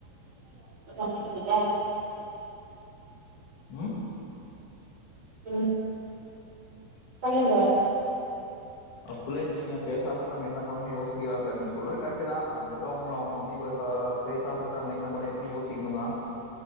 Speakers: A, on the right; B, on the left.
A: அப்டின்றது <unintelligible>
B: ம்
A: ம் சொல்லுங்க
B: அப்படிலாம் இல்லங்க பேசாம இருந்தா நம்ம என்ன பண்ணணும்னு யோசிக்கிற நீங்க சொல்ற கரட்டு தான் நம்ம இருக்கறங்களும் அவங்கள வந்து இவ்வள பேசாம இருக்கற நம்மயேன்ன பண்ணியிருக்கணும் யோசிக்கணுல்லா